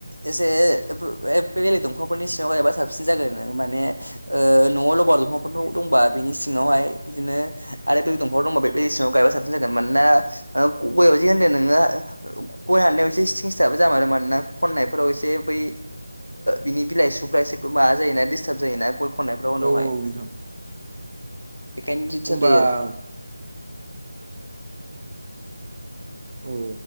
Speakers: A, on the right; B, on the right.
A: एसे-ए-ए बेलेग दंफांफोरनि सिङाव गायबा साबसिन जागोन माने ओ न'आव लबार दंफांफोर दंबा बिनि सिङावहाय बिदिनो आरो बे दंफांफोर दंबा बे सिङाव गा साबन जागोन मानोना ग जे होनदो नोङो गय हानायाव एसे सिं सिथाब जामारो आरो मोन ना खननायफोराव एसे बै बिनि बिलाइ सुफ्रा एसे माबा जायोोना डिस्टार्ब जायोना गय खननायफ्राव उनावहाय
B: औ औ नोंथां
A: बेखायनो दिथार
B: होमबा
A: <unintelligible>
B: औ